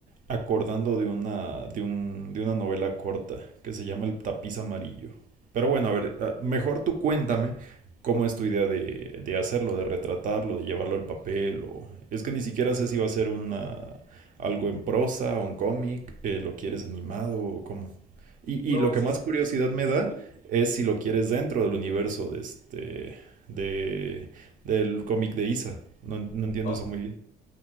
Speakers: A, on the right; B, on the left.
A: acordando de una, de un, de una novela corta que se llama El tapiz amarillo. Pero bueno, a ver, ah, mejor tú cuéntame cómo es tu idea de, de hacerlo, de retratarlo, de llevarlo al papel. O... Es que ni siquiera sé si va a ser una, algo en prosa, un cómic, eh, lo quieres animado o cómo. Y,
B: No,
A: y lo que
B: sí,
A: más curiosidad
B: sí.
A: me da
B: ujú.
A: es si lo quieres dentro del universo de este, de, del cómic de Isa. No, en- no entiendo
B: Ah,
A: eso muy bien.